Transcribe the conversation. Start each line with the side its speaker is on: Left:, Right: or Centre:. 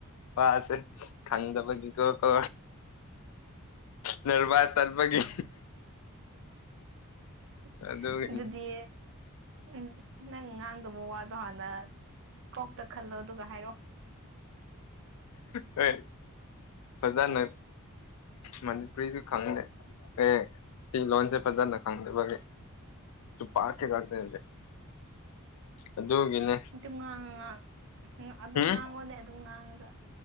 Left: ꯋꯥꯁꯦ꯫ ꯊꯪꯗꯕꯒꯤꯒ ꯀꯣ꯫ ꯂꯔꯕꯥ ꯆꯜꯄꯒꯤ꯫
Right: <inaudible>
Left: ꯑꯗꯨꯒꯤꯅꯤ
Right: ꯑꯗꯨꯗꯤ ꯎꯝ ꯅꯪ ꯉꯥꯡꯗꯕ ꯋꯥꯗꯣ ꯍꯥꯟꯅ ꯀꯣꯛꯇ ꯈꯜꯂꯣ ꯑꯗꯨꯒ ꯍꯥꯏꯔꯣꯑꯣ
Left: ꯍꯣꯏ ꯐꯖꯅ ꯃꯅꯤꯄꯨꯔꯤꯁꯨ ꯈꯪꯗꯦ ꯑꯦ ꯁꯤ ꯂꯣꯟꯣꯟꯁꯦ ꯐꯖꯥꯅ ꯈꯥꯎꯗꯦꯒꯦ ꯄꯥꯛꯀꯦ ꯀꯥꯛꯇꯇ ꯑꯗꯨꯒꯤꯅꯦ
Right: ꯅꯨꯡꯇꯤꯝ ꯉꯥꯡꯉ ꯉꯥꯡꯉ ꯑꯗꯨꯝ
Left: ꯎꯝ
Right: ꯉꯥꯡꯉꯣꯅꯦ ꯑꯗꯨꯝ ꯉꯥꯡꯉꯒ